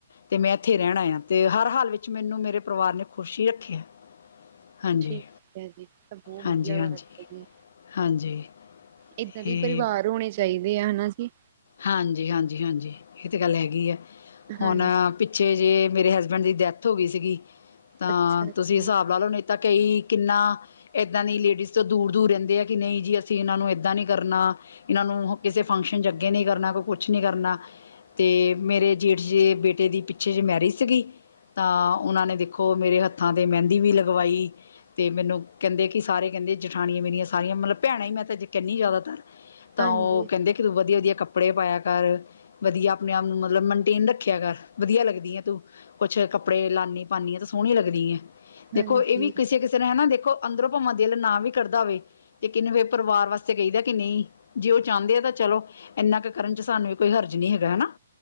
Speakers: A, on the left; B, on the right.
A: ਤੇ ਮੈਂ ਇੱਥੇ ਰਹਿਣਾ ਆ ਅਤੇ ਹਰ ਹਾਲ ਵਿੱਚ ਮੈਨੂੰ ਮੇਰੇ ਪਰਿਵਾਰ ਨੇ ਖ਼ੁਸ਼ ਹੀ ਰੱਖਿਆ। ਹਾਂਜੀ
B: ਠੀਕ ਹੈ ਜੀ ਤਾਂ ਬਹੁਤ
A: ਹਾਂਜੀ
B: ਵਧੀਆ ਗੱਲ
A: ਹਾਂਜੀ
B: ਐ ਜੀ।
A: ਹਾਂਜੀ।
B: ਇੱਦਾਂ
A: ਤੇ
B: ਦੇ ਈ ਪਰਿਵਾਰ ਹੋਣੇ ਚਾਹੀਦੇ ਆ ਹਨਾ ਜੀ।
A: ਹਾਂਜੀ, ਹਾਂਜੀ, ਹਾਂਜੀ, ਇਹ ਤਾਂ ਗੱਲ ਹੈਗੀ ਐ।
B: ਹਾਂਜੀ
A: ਹੁਣ ਪਿੱਛੇ ਜੇ ਮੇਰੇ ਹਸਬੈਂਡ ਦੀ ਡੈਥ ਹੋ ਗਈ ਸੀਗੀ। ਤਾਂ
B: ਅੱਛਾ ਜੀ
A: ਤੁਸੀਂ ਹਿਸਾਬ ਲਾ ਲਓ ਨਹੀਂ ਤਾਂ, ਕਈ ਕਿੰਨਾ ਇੱਦਾਂ ਦੀ ਲੇਡੀਜ਼ ਤੋਂ ਦੂਰ ਦੂਰ ਰਹਿੰਦੇ ਆ ਕਿ ਨਹੀਂ ਜੀ, ਅਸੀਂ ਇਹਨਾਂ ਨੂੰ ਇੱਦਾਂ ਨਹੀਂ ਕਰਨਾ। ਇਹਨਾਂ ਨੂੰ ਕਿਸੇ ਫੰਕਸ਼ਨ ਚ ਅੱਗੇ ਨਹੀਂ ਕਰਨਾ, ਕੋਈ ਕੁਛ ਨਹੀਂ ਕਰਨਾ। ਤੇ ਮੇਰੇ ਜੇਠ ਜੇ ਬੇਟੇ ਦੀ ਪਿੱਛੇ ਜਿਹੇ ਮੈਰਿਜ ਸੀਗੀ। ਤਾਂ ਉਹਨਾਂ ਨੇ ਦੇਖੋ ਮੇਰੇ ਹੱਥਾਂ ਤੇ ਮਹਿੰਦੀ ਵੀ ਲਗਵਾਈ। ਅਤੇ ਮੈਨੂੰ ਕਹਿੰਦੇ ਕਿ ਸਾਰੇ ਕਹਿੰਦੇ ਜਠਾਣੀਆਂ ਮੇਰੀਆਂ ਸਾਰੀਆਂ ਮਤਲਬ ਭੈਣਾਂ ਹੀ ਮੈਂ ਤਾਂ ਜੇ ਕਹਿੰਨੀ ਜ਼ਿਆਦਾਤਰ। ਤਾਂ
B: ਹਾਂਜੀ
A: ਉਹ ਕਹਿੰਦੇ ਕਿ ਤੂੰ ਵਧੀਆ ਜਿਹੇ ਕੱਪੜੇ ਪਾਇਆ ਕਰ। ਵਧੀਆ ਆਪਣੇ ਆਪ ਨੂੰ ਮਤਲਬ ਮੇਨਟੇਨ ਰੱਖਿਆ ਕਰ। ਵਧੀਆ ਲੱਗਦੀ ਆ ਤੂੰ। ਕੁਛ ਕੱਪੜੇ ਲਾਉਂਦੀ ਪਾਉਂਦੀ ਆ ਤਾਂ ਸੋਹਣੀ ਲੱਗਦੀ ਐ।
B: ਹਾਂਜੀ,
A: ਦੇਖੋ ਇਹ ਵੀ ਕਿਸੇ ਕਿਸੇ ਫਿਰ ਹੈ ਨਾ ਦੇਖੋ ਅੰਦਰੋਂ ਭਾਵਾਂ ਦਿਲ ਨਾ ਵੀ ਕਰਦਾ ਹੋਵੇ। ਤੇ ਕਹਿੰਦੇ ਫਿਰ ਪਰਿਵਾਰ ਵਾਸਤੇ ਕਹੀ ਦਾ ਕਿ ਨਹੀਂ ਜੇ ਉਹ ਚਾਹੁੰਦੇ ਆ ਤਾਂ ਚਲੋ। ਇੰਨਾ ਕੁ ਕਰਨ ਚ ਸਾਨੂੰ ਵੀ ਕੋਈ ਹਰਜ਼ ਨਹੀਂ ਹੈਗਾ ਹੈ ਨਾ